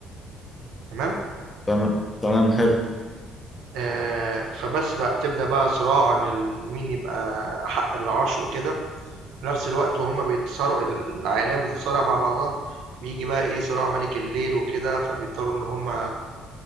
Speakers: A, on the right; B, on the left.
A: تمام؟
B: تمام تمام حلو
A: آآ، فبس بقى بتبدأ بقى صراع عن ال مين يبقى أحق بالعرش وكده، في نفس الوقت وهُم بيتصارعوا العائلات بتتصارع مع بعضها، بييجي بقى إيه، صراع مَلِك الليل وكده، فبيضطروا إن هُم